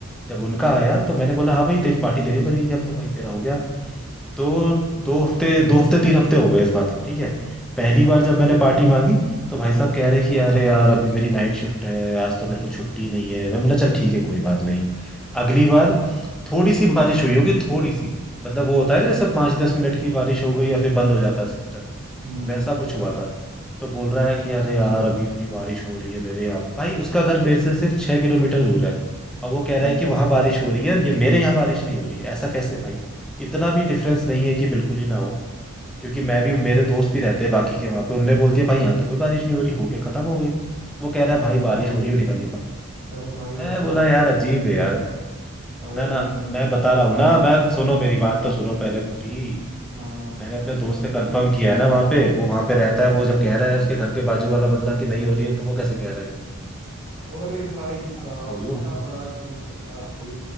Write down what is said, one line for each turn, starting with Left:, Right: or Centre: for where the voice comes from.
Centre: जब उनका आया तो मैंने बोला हाँ भाई तेरी पार्टी देनी पड़ेगी अब तो भाई तेरा हो गया तो दो हफ्ते दो हफ्ते तीन हफ्ते हो गए इस बात को ठीक है पहली बार जब मैंने पार्टी मांगी तो भाई साहब कह रहे कि अरे यार अभी मेरी नाइट शिफ्ट है आज तो मेरे को छुट्टी नहीं है मैं बोला चल ठीक है कोई बात नहीं अगली बार थोड़ी सी बारिश हुई होगी थोड़ी सी मतलब वो होता है ना जैसे पाँच दस मिनट की बारिश हो गई या फिर बंद हो जाता है सिस्टम,
Right: हम्म
Centre: वैसा कुछ हुआ था तो बोल रहा है कि अरे यार अभी इतनी बारिश हो रही है मेरे यहाँ भाई उसका घर मेरे से सिर्फ छह किलोमीटर दूर है अब वो कह
Right: हम्म
Centre: रहा है कि वहां बारिश हो रही है और ये मेरे यहाँ बारिश नहीं हो रही है ऐसा कैसे भाई इतना भी डिफरेंस नहीं है कि बिल्कुल ही ना हो क्योंकि
Right: हम्म।
Centre: मैं भी मेरे दोस्त भी रहते हैं बाकी के वहां पे उनने बोल दिया भाई यहाँ तो कोई बारिश नहीं हो रही होके खत्म हो गई वो कह रहा
Right: नहीं
Centre: है भाई
Right: भाई
Centre: बारिश हो रही है मैं निकल नहीं पा
Right: अरे भाई
Centre: मैं
Right: होता
Centre: बोला
Right: है
Centre: यार
Right: यहाँ
Centre: अजीब
Right: पे
Centre: है यार
Right: अरे
Centre: ना
Right: नहीं
Centre: ना
Right: नहीं
Centre: मैं बता
Right: होता
Centre: रहा हूँ ना मैं
Right: है
Centre: सुनो मेरी बात तो सुनो पहले पूरी
Right: हाँ हाँ
Centre: मैंने अपने दोस्त से कंफर्म किया है ना वहाँ पे वो वहाँ पे रहता है वो जब कह रहा है उसके घर के बाजू वाला बंदा कि नहीं हो रही है तो वो कैसे कह रहा है कि हो रही है
Right: अरे भाई साहब
Centre: पागल थोड़ी
Right: इतना
Centre: हो <laughs>
Right: बड़ा झूठ बाप
Centre: वो-
Right: रे